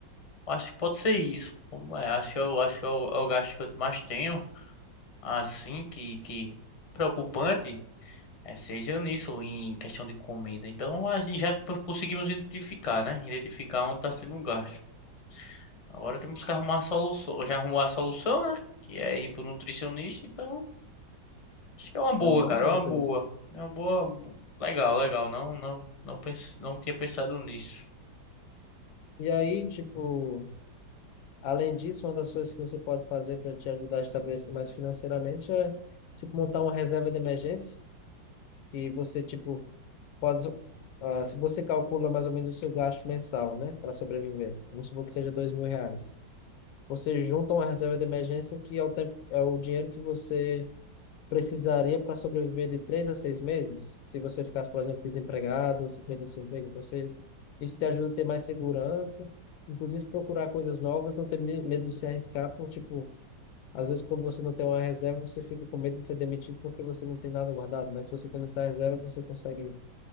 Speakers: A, on the left; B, on the left.
A: acho que pode ser isso. Vamos lá, Acho que eu acho que é o é o gasto que eu mais tenho, assim, que, que preocupante, é, seja nisso, em questão de comida. Então, a gente já conseguimos identificar, né? Identificar onde está sendo um gasto. Agora temos que arrumar a solução. Já arrumou a solução, né? Que é ir pro nutricionista, então acho que é uma boa,
B: É um bom
A: cara,
B: ponto
A: é uma boa.
B: esse.
A: É uma boa, legal, legal. Não, não, não pens... não tinha pensado nisso.
B: E aí, tipo, além disso, uma das coisas que você pode fazer para te ajudar a estabelecer mais financeiramente é, tipo, montar uma reserva de emergência e você, tipo, pode, ah, se você calcula mais ou menos o seu gasto mensal, né, para sobreviver, vamos supor que seja dois mil reais, você junta uma reserva de emergência que é o tempo, é o dinheiro que você precisaria para sobreviver de três a seis meses, se você ficasse, por exemplo, desempregado, se perdesse seu emprego, então você, isso te ajuda a ter mais segurança, inclusive procurar coisas novas, não ter me- medo de se arriscar, por tipo, às vezes quando você não tem uma reserva, você fica com medo de ser demitido porque você não tem nada guardado, mas se você tem essa reserva, você consegue